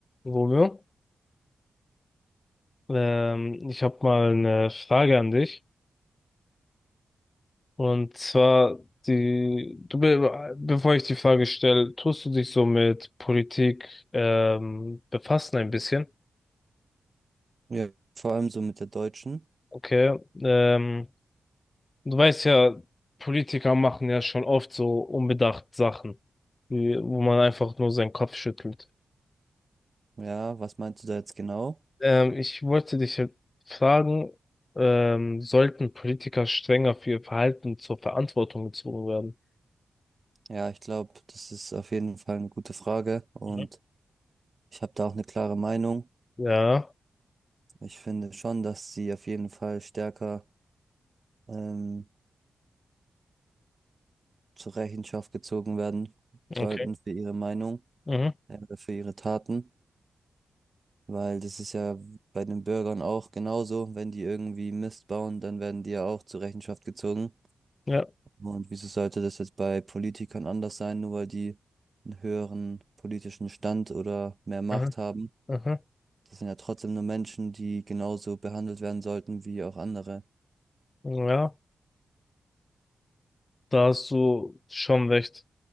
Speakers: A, on the left; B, on the right.
A: Romeo, ähm, ich habe mal eine Frage an dich. Und zwar, die, du, be bevor ich die Frage stelle, tust du dich so mit Politik ähm, befassen ein bisschen?
B: Ja, vor allem so mit der Deutschen.
A: Okay. Ähm, du weißt ja, Politiker machen ja schon oft so unbedacht Sachen, die, wo man einfach nur seinen Kopf schüttelt.
B: Ja, was meinst du da jetzt genau?
A: Ähm, ich wollte dich halt fragen, ähm, sollten Politiker strenger für ihr Verhalten zur Verantwortung gezogen werden?
B: Ja, ich glaube, das ist auf jeden Fall eine gute Frage und
A: Mhm.
B: ich habe da auch eine klare Meinung.
A: Ja.
B: Ich finde schon, dass sie auf jeden Fall stärker ähm, zur Rechenschaft gezogen werden sollten
A: Okay.
B: für ihre Meinung,
A: Mhm.
B: äh, oder für ihre Taten, weil das ist ja bei den Bürgern auch genauso. Wenn die irgendwie Mist bauen, dann werden die ja auch zur Rechenschaft gezogen.
A: Ja.
B: Und wieso sollte das jetzt bei Politikern anders sein, nur weil die einen höheren politischen Stand oder mehr Macht
A: Aha.
B: haben?
A: Aha.
B: Das sind ja trotzdem nur Menschen, die genauso behandelt werden sollten wie auch andere.
A: Ja, da hast du schon recht.